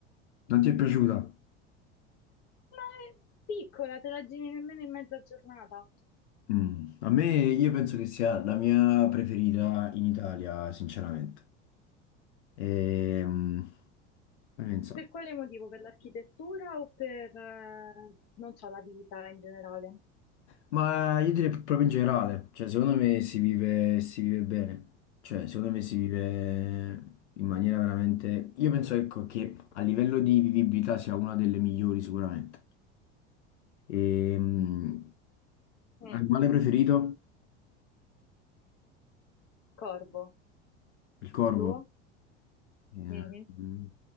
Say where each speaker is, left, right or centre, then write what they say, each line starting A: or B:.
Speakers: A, on the left; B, on the left.
A: Non ti è piaciuta?
B: Ma è piccola, te la giri nemmeno in mezza giornata.
A: Mm. A me, io penso che sia la mia preferita in Italia, sinceramente. Ehm, fammi pensare.
B: Per quale motivo? Per l'architettura o per, eh, non so, la vita in generale?
A: Ma io direi proprio in generale, cioè secondo me si vive, si vive bene, cioè secondo me si vive in maniera veramente... Io penso ecco, che a livello di vivibilità sia una delle migliori sicuramente. E, mh,
B: Mm,
A: animale preferito?
B: Corvo,
A: Il corvo.
B: tu?
A: Eh,
B: mhm.
A: mh,